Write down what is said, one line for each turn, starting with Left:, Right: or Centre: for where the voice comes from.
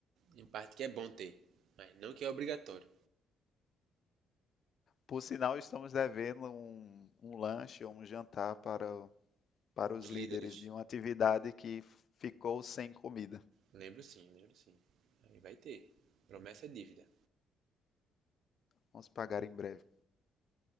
Right: Em parte que é bom ter, mas não que é obrigatório.
Left: Por sinal, estamos devendo um, um lanche ou um jantar para, o- para os
Right: Os
Left: líderes
Right: líderes.
Left: de uma atividade que ficou sem comida.
Right: Lembro sim, lembro sim. Aí vai ter. Promessa é dívida.
Left: Vamos pagar em breve.